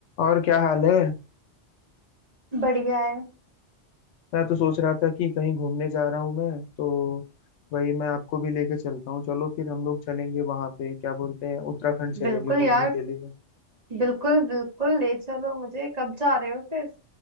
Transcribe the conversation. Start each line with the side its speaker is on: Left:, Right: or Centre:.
Left: और क्या हाल है
Right: बढ़िया है
Left: मैं तो सोच रहा था कि कहीं घूमने जा रहा हूँ मैं तो वही मैं आपको भी लेके चलता हूँ चलो फिर हम लोग चलेंगे वहां पे क्या बोलते हैं उत्तराखंड चलेंगे
Right: बिल्कुल
Left: घूमने
Right: यार
Left: के लिए
Right: बिल्कुल बिल्कुल ले चलो मुझे कब जा रहे हो फिर